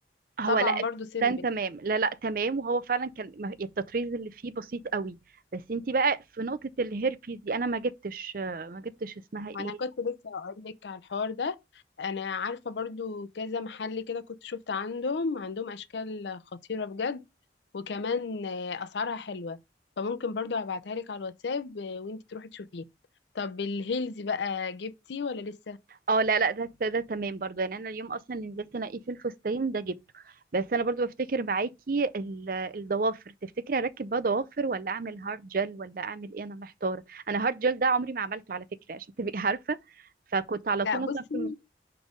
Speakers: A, on the right (about 50°); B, on the left (about 85°).
A: هو
B: طبعا
A: لا الفستان
B: برضه سيمبل
A: تمام لا لا تمام وهو فعلا كان ما- التطريز اللي فيه بسيط قوي بس انت بقى في نقطه الهيربيز دي انا ما جبتش ما جبتش اسمها ايه
B: وانا كنت لسه هقول لك على الحوار ده انا عارفه برضو كذا محل كده كنت شفت عندهم عندهم اشكال خطيره بجد وكمان آه، اسعارها حلوه فممكن برضو ابعتها لك على الواتساب آه، وانت تروحي تشوفيه طب الهيلز بقى جبتي ولا لسه
A: اه لا لا ده ده ده تمام برضو يعني انا اليوم اصلا اللي نزلت انقيه في الفستان ده جبته بس انا برضو بفتكر معاكي ال- الضوافر تفتكري اركب بقى ضوافر ولا اعمل هارد جel ولا اعمل ايه انا محتاره انا هارد جel ده عمري ما عملته على فكره عشان تبقي <laughs> عارفه فكنت على
B: لا
A: طول
B: بصي
A: مثلا في الم-